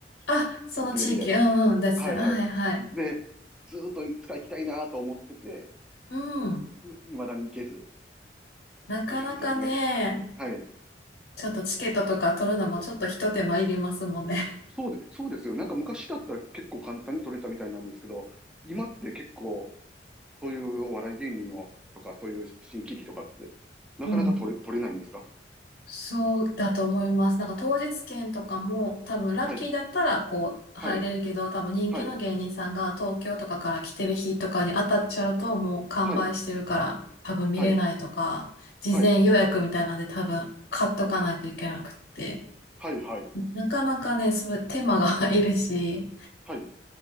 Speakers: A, on the left (about 70°); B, in the centre.
A: あ、その地域。
B: あのテレビで。
A: うんうん。ですね。
B: はいはい。
A: てはいはい。
B: で、ずーっといつか行きたいなと思ってて、
A: うん。
B: いまだに行けず、
A: なかなかね、
B: って感じですね。はい。
A: ちょっとチケットとか取るのもちょっと一手間いりますもんね。
B: そうで、そうですよ。なんか昔だったら結構簡単に取れたみたいなんですけど、今って結構、そういうお笑い芸人のとか、そういう新喜劇とかって、なかなか取れ、
A: うん。
B: 取れないんですか
A: そうだと思います。なんか当日券とかも多分ラッキーだったらこう入れるけど多分人気の芸人さんが東京とかから来てる日とかに当たっちゃうともう完売してるから多分見れないとか事前予約みたいなんで多分買っとかないといけなくって
B: はい、はい、はい、はい、はい、はい、はい、はい、
A: なかなかねそれ手間が <laughs> いるし
B: はい。